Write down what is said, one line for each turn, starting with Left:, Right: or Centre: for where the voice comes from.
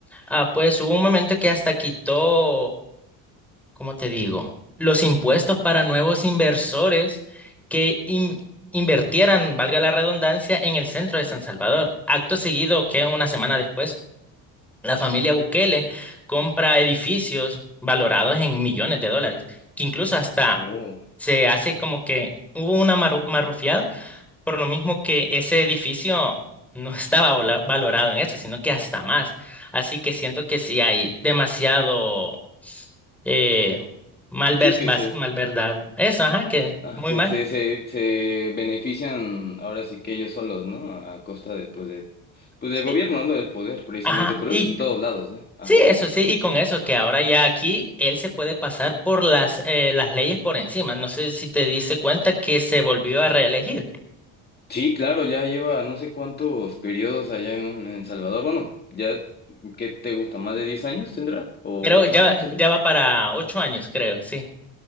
Centre: Ah, pues hubo un momento que hasta quitó, ¿cómo te digo? Los impuestos para nuevos inversores que in- invertieran, valga la redundancia, en el centro de San
Left: Ujú.
Centre: Salvador. Acto seguido, que una semana después la familia Bukele compra edificios valorados en millones de dólares, que incluso hasta
Left: Oh.
Centre: se hace como que hubo una marru- marrufiada, por lo mismo que ese edificio no estaba vola- valorado en eso, sino que hasta más. Así que siento que sí hay demasiado eh, malvers-
Left: Sí, que
Centre: bas-
Left: se,
Centre: malverdad. Eso, ajá, que
Left: Ah,
Centre: muy
Left: se,
Centre: mal.
Left: se, se, se benefician ahora sí que ellos solos, ¿no? A, a costa de, pues, de, pues
Centre: Sí,
Left: del gobierno, ¿no? Del poder, precisamente.
Centre: ajá.
Left: Pero
Centre: y
Left: eso es en todos lados, ¿eh? Ajá.
Centre: Sí, eso sí, y con eso que ahora ya aquí él se puede pasar por las, eh, las leyes por encima. No sé si te diste cuenta que se volvió a reelegir.
Left: Sí, claro, ya lleva no sé cuántos periodos allá en, en Salvador. Bueno, ya, ¿qué te gusta? ¿Más de 10 años tendrá? ¿O
Centre: Creo
Left: 8
Centre: ya,
Left: años tal
Centre: ya
Left: vez?
Centre: va para ocho años, creo, sí.